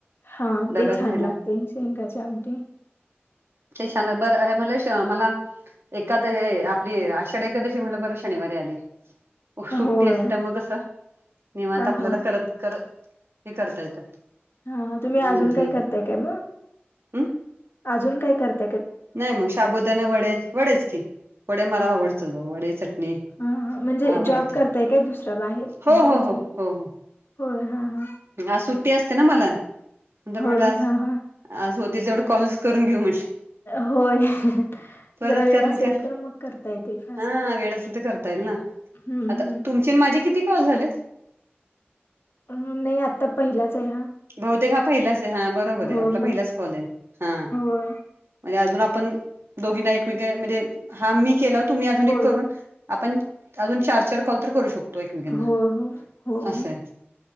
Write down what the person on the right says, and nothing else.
डब्यात
न्यायला.
ते छान बरं आहे अ मलेश मला एखाद हे ते आषाढी एकादशी म्हटलं बरं शनिवारी आली. सुट्टी
असते त्यामुळे कस निवात
आपल्याला
करत करत हे करता येतं.
म्हणजे
हम्
नाही मग शाबुदाने वडे वडेच केले वडे मला आवडत वडे चटणी.
आवडते.
हो
हो
हो हो हो.
आज सुट्टी असते ना मला. नंतर
म्हटलं आज
आज होतील तेवढं कॉल्स करून घेऊ म्हटलं.
परत
कारण
का
हा वेळ असेल तर करता येईल ना
आता
तुमचे आणि माझे किती कॉल झालेत.
बहुतेक हा पहिलाच आहे हा बरोबर आहे
आपला पहिलाच
कॉल आहे हा.
म्हणजे अजून आपण दोघींना एकमेक म्हणजे हा मी केलं तुम्ही अजून
एक करून आपण अजून चार चार कॉल तर करू शकतो एकमेकांना
असंय.